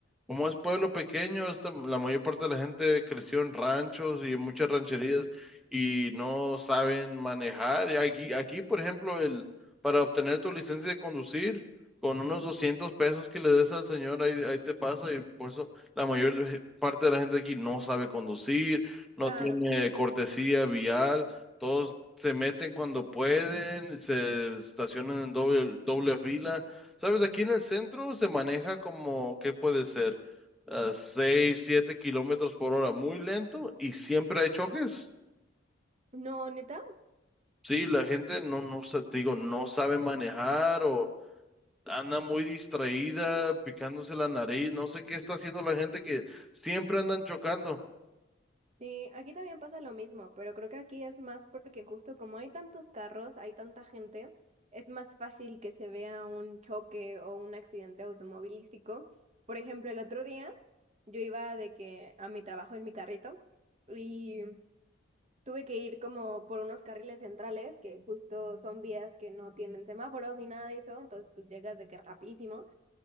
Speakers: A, in the centre; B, on the right.
A: como es pueblo pequeño, esta- la mayor parte de la gente creció en ranchos y en muchas rancherías y no saben manejar. Y aquí, aquí, por ejemplo, el, para obtener tu licencia de conducir, con unos 200 pesos que le des al señor, ahí, ahí te pasa. Y por eso la mayor de- parte de la gente aquí no sabe conducir, no
B: claro.
A: tiene cortesía vial. todos se meten cuando pueden, se estacionan en doble, doble fila. Sabes, aquí en el centro se maneja como, ¿qué puede ser? A 6, 7 kilómetros por hora, muy lento y siempre hay choques.
B: No, neta,
A: Sí, la gente no, no, sa- te digo, no sabe manejar o anda muy distraída, picándose la nariz, no sé qué está haciendo la gente que siempre andan chocando.
B: sí, aquí también pasa lo mismo, pero creo que aquí es más porque justo como hay tantos carros, hay tanta gente, es más fácil que se vea un choque o un accidente automovilístico. Por ejemplo, el otro día yo iba de que a mi trabajo en mi carrito. Y Tuve que ir como por unos carriles centrales, que justo son vías que no tienen semáforos ni nada de eso, entonces pues llegas de que rapidísimo.